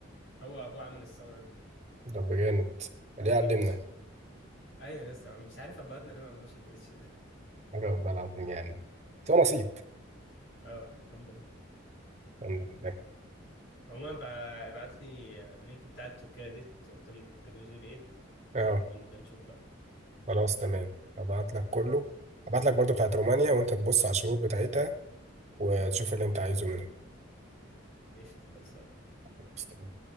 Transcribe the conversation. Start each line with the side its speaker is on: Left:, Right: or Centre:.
Left: هو ابوه عمل الثغره دي
Right: طب جامد خليه
Left: الجليتش
Right: يعلمنا
Left: ايوه يا اسطى مش عارف ابهاتنا ليه ما عملوش الجليتش ده
Right: حاجة والله العظيم يعني بس هو نصيب
Left: اه الحمد لله
Right: الحمد لله
Left: عموما بقى- ابعت لي اللينك بتاع التركيه دي قلت لهم بيحتاجوا جي بي ايه
Right: اه
Left: ونبقى نشوف بقى
Right: خلاص تمام هبعت لك كله
Left: خلاص.
Right: هبعت لك برضو بتاعت رومانيا وانت تبص على الشروط بتاعتها وتشوف اللي انت عايزه منها
Left: قشطه خلصان
Right: خلاص تمام